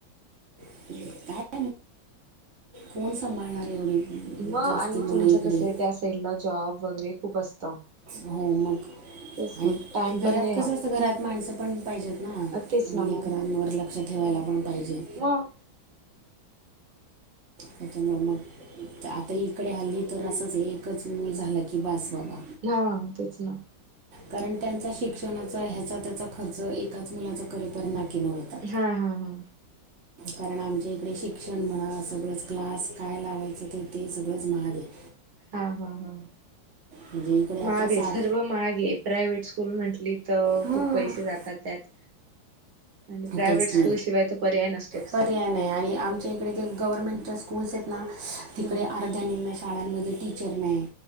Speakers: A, on the right; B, on the right.
A: <inaudible> कोण संभाळणार एवढी
B: मग
A: जास्त
B: आणि
A: मुलं
B: तुमचं
A: इकडे
B: कसं आहे त्या साईडला, जॉब वगैरे खूप असतं.
A: हो, मग
B: तेच
A: आणि
B: ना टाइम
A: घरात
B: पण नाही राहत
A: कसं असतं? घरात माणसं पण पाहिजेत ना.
B: अ, तेच ना
A: लेकरांवर
B: मग
A: लक्ष ठेवायला
B: हम्म.
A: पण पाहिजे.
B: मग
A: त्याच्यामुळं मग आता इकडे हल्ली तर असंच, एकच मूल झालं की बास बाबा.
B: हा तेच ना.
A: कारण त्यांचा शिक्षणाचा, ह्याचा त्याचा खर्च एकाच मुलाचा करेपर्यंत <unintelligible> होेतात.
B: हा हा हा
A: कारण आमच्याकडे शिक्षण म्हणा, सगळंच क्लास काय लावायचं तर ते सगळंच महाग आहे. <inaudible>
B: हा, हा, हा.
A: म्हणजे इकडे आता
B: महाग
A: सा
B: आहे, सर्व महाग आहे. प्रायव्हेट स्कूल म्हंटली तर
A: हां
B: खूप पैसे जातात त्यात. आणि प्रायव्हेट
A: तेच
B: स्कूल
A: कि
B: शिवाय तर पर्याय नसतोच.
A: पर्याय नाही आणि आमच्याई तिकडे ते गव्हर्नमेंटच्या स्कूल्स आहेत ना, तिकडे
B: हम्म
A: अर्ध्या निम्या शाळांमध्ये टीचर नाही.